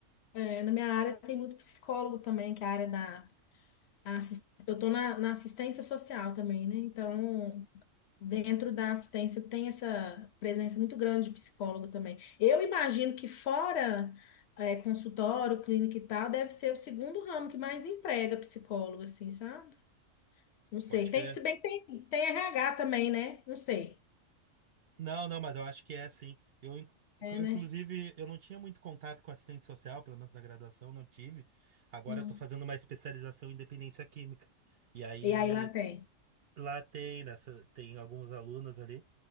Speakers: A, on the left (about 65°); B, on the right (about 60°).
A: É, na minha área tem muito psicólogo também, que é a área da. a assis- Eu estou na, na assistência social também, né? Então, dentro da assistência tem essa presença muito grande de psicólogo também. Eu imagino que fora é, consultório, clínica e tal, deve ser o segundo ramo que mais emprega psicólogo, assim, sabe? Não sei.
B: Pode crer.
A: Tem, se bem que tem, tem RH também, né? Não sei.
B: Não, não, mas eu acho que é sim. Eu, in-
A: É,
B: eu,
A: né?
B: inclusive, eu não tinha muito contato com assistente social, pelo menos na graduação, não tive. Agora
A: Hum.
B: eu tô fazendo uma especialização em dependência química. E aí
A: E aí lá tem.
B: lá tem, nessa, tem algumas alunas ali